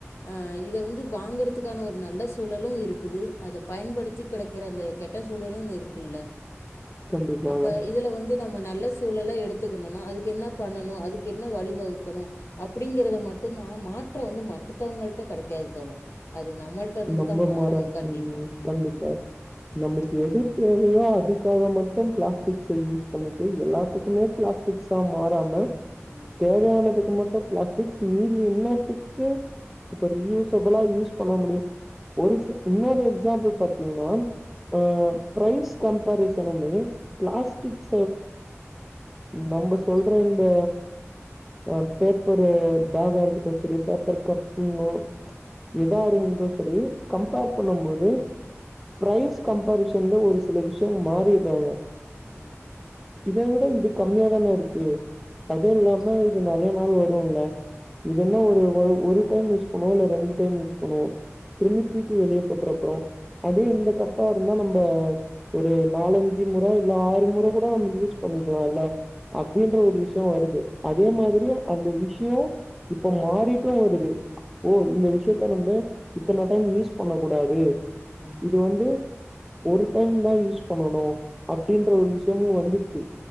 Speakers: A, on the left; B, in the centre.
A: ஆஹ் இத வந்து வாங்கறதுக்கான ஒரு நல்ல சூழலு இருக்குது அதை பயன்படுத்தி கெடைக்கிற அந்த கெட்ட சூழலும்னு இருக்குல்ல
B: கண்டிப்பாக
A: அப்போ இதில் வந்து நம்ம நல்ல சூழல எடுத்துக்கணணு அதுக்கு என்னா பண்ணணு அதுக்கு என்ன வழிவகுக்கணு அப்படிங்கறத மட்டும்தா மாற்ற வந்து மத்தவங்கள்டிட்ட கெடைக்காது தோழர் அது நம்மள்ட்ட இருந்து
B: நம்ப
A: தான் மாறணும்
B: மாற
A: கண்டிப்பாக
B: உம்
A: ம்
B: கண்டிப்பா நமக்கு
A: ஆமாம் தோழர்
B: எது தேவையோ அதுக்காக மட்டு <unintelligible> <unintelligible> யூஸ் பண்ணிட்டு எல்லாத்துக்குமே பிளாஸ்டிக்ஸா மாறாம
A: ம்
B: தேவையானதுக்கு மட் பிளாஸ்டிக்ஸ் மீறி என்னத்துக்கு ரீயூஸபலா யூஸ் முடியும் ஒரு இன்னொரு எக்ஸாம்பிள் பாத்தீங்கன்னா ஆஹ் ப்ரைஸ் கம்பரிசனுமே பிளாஸ்டிக் நம்ம சொல்ற இந்த ஆஹ் பேப்பரு பேக்கா இருக்கட்டும் சரி பேப்பர் கப்ப எதா இருந்து சரி கம்பேர் பண்ணுபோது பிரைஸ் கம்பரிசன்ல ஒரு சில விஷய மாறிடுறாங்க
A: <inaudible>
B: இத விட இது கம்மியாதான இருக்கு அதுல்லாம இது நெறைய நாள் வருல்ல இது என்ன ஒ ஒரு டைம் யூஸ் பண்ணுவோ இல்ல ரெண்டு டைம்ஸ் யூ ஹலோ திரும்பி தூக்கி வெளியே போட்டுப்புறோ அதே இந்த கப்பா இருந்தா நம்ம ஒரு நாலஞ்சு முறை இல்ல ஆறு முறை கூட நம்ம யூஸ் பண்ணிக்கலாம்ல்ல அப்படின்ற ஒரு விஷய வருது அதே மாதிரி அந்த விஷய இப்ப மாறிட்டு வருது ஓ இந்த விஷயத் <unintelligible> இத்தனை டைம் யூஸ் பண்ணக்கூடாது
A: ம்
B: இது வந்து ஒரு டைம் தான் யூஸ் பண்ணணு அப்படின்ற ஒரு விஷயமு வந்துச்சு